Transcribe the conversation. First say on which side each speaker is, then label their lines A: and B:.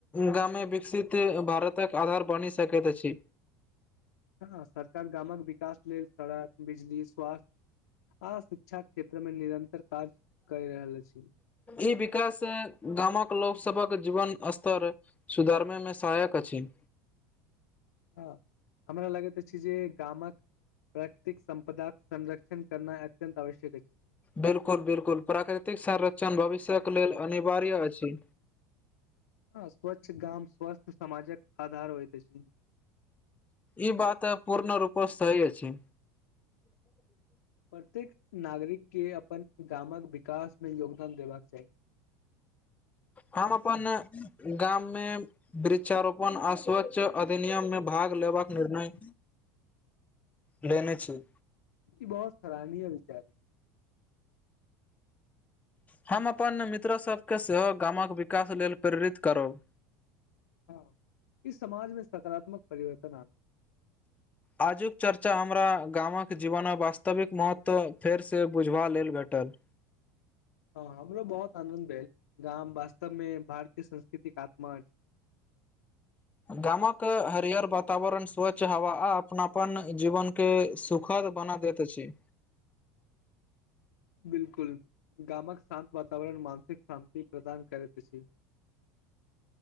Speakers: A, on the left; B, on the left.
A: गाॅंमे विकसित भारतक आधार बनि सकैत अछि।
B: हाॅं, सरकार गाॅंमक विकास लेल सड़क बिजली स्वास्थ्य आ शिक्षाक क्षेत्र मे निरंतर काज कहि रहल अछि
A: ई विकास गाॅंमक लोक सभक जीवन स्तर सुधरमे मे सहायक अछि।
B: हाॅं हमरा लगैत अछि जे गामक प्राकृतिक संपदाक संरक्षण करनाइ अत्यंत आवश्यक अछि।
A: बिल्कुल बिल्कुल प्राकृतिक संरक्षण भविष्यक लेल अनिवार्य अछि।
B: हाॅं स्वच्छ गाम स्वस्थ समाजक आधार होइत अछि।
A: ई बात पूर्ण रूप स सहि अछि।
B: प्रत्येक नागरिक के अपन गाॅंमक विकास मे योगदान देबाक चाही।
A: हम अपन गाम मे वृक्षारोपण आ स्वच्छ अधिनियम मे भाग लेबाक निर्णय
B: <inaudible>
A: लेने छी।
B: ई बहुत सराहनीय विचार।
A: हम अपन मित्र सबके सेहो गामक विकास लेल प्रेरित करब।
B: हँ इस समाज मे सकारात्मक परिवर्तन आन
A: आजुक चर्चा हमरा गामक जीवनक वास्तविक महत्व फेरसँ बुझबा लेल भेटल।
B: हँ हमरो बहुत आनंद भेल गाम वास्तव मे भारतीय संस्कृतिक आत्मा
A: गामक हरियर वातावरण स्वच्छ हवा आ अपनापन जीवन के सुख खद बना देैत अछि।
B: बिल्कुल गामक शान्त वातावरण मानसिक शान्ति प्रदान करैत अछि।